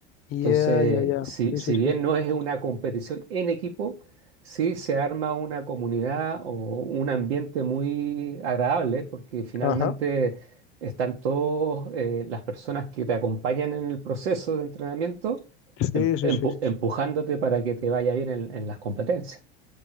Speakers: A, on the left (about 45°); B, on the right (about 80°).
A: Ya,
B: Entonces,
A: ya, ya.
B: si,
A: Sí,
B: si
A: sí,
B: bien
A: sí.
B: no es una competición en equipo, sí se arma una comunidad o un ambiente muy agradable porque finalmente
A: Ajá.
B: están todas las personas que te acompañan en el proceso de entrenamiento
A: Sí,
B: em-
A: sí,
B: empu-
A: sí, sí.
B: empujándote
A: sí.
B: para que te vaya bien en, en las competencias.